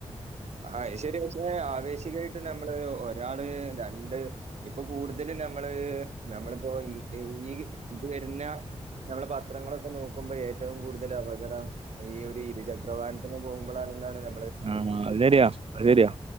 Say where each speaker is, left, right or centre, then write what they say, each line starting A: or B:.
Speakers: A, on the right (about 70°); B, on the right (about 55°).
A: ആത് ശരിയാ പക്ഷെ ആവേശികായിട്ട് നമ്മള് ഒരാള് രണ്ട് ഇപ്പൊ കൂടുതലും നമ്മള് നമ്മളിപ്പോ ഈ ഇത് വരുന്ന നമ്മള് പത്രങ്ങളൊക്കെ നോക്കുമ്പോ ഏറ്റവും കൂടുതൽ അപകടം ഈ ഒരു ഇരുചക്ര വാഹനത്തിന്ന് പോകുമ്പോളാണെന്നാണ് ന
B: ആ അത് ശരിയാ അത് ശരിയാ